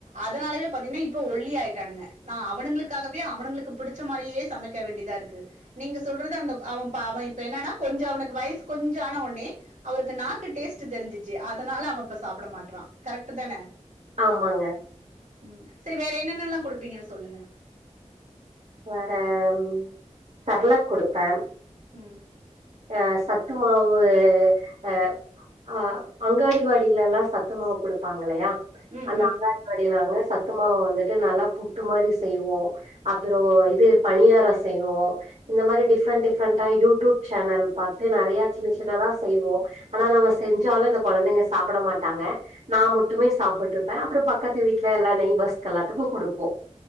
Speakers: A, on the right (about 80°); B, on the right (about 65°).
A: அதனாலவே பாத்தீங்கன்னா இப்ப ஒல்லி ஆயிட்டானுங்க நா அவனுங்களுக்காகவே அவனுங்களுக்கு பிடிச்ச மாரியே சமைக்க வேண்டியதா இருக்கு நீங்க சொல்றது அந்த அவ இப்ப அவ இப்ப என்னனா கொஞ்ச அவனுக்கு வயசு கொஞ்ச ஆன உட்னே அவருக்கு நாக்கு டேஸ்ட்டு தெரிஞ்சிச்சு அதனால அவ இப்ப சாப்பட மாட்றா கரெக்ட்டுதான
B: ஆமாங்க
A: ம் சரி வேற என்னென்னல்லா குடுப்பீங்கன்னு சொல்லுங்க
B: வேற ம் செரலாக் குடுப்பே
A: ம்
B: ஆ சத்து மாவு ஆ ஆ அங்காடிவாடில எல்லா சத்து மாவு குடுப்பாங்க இல்லையா
A: ம்
B: அந்த
A: ம்
B: அங்காடிவாடிலதாங்க சத்துமாவ வந்துட்டு நல்லா புட்டு மாரி செய்வோ அ அப்புறோ இது பணியாரோ செய்வோ இந்த மாரி டிஃப்ரெண்ட் டிஃப்ரெண்டா யூடியூப் சேனல் பாத்து நெறைய சின்ன சின்னதா செய்வோ ஆனா நம்ம செஞ்சாலு இந்த கொழந்தைங்க சாப்பட மாட்டாங்க நா மட்டுமே சாப்புட்ருப்பே அப்புறோ பக்கத்து வீட்ல எல்லா நெய்பர்ஸ்க்கு எல்லாத்துக்கு குடுப்போ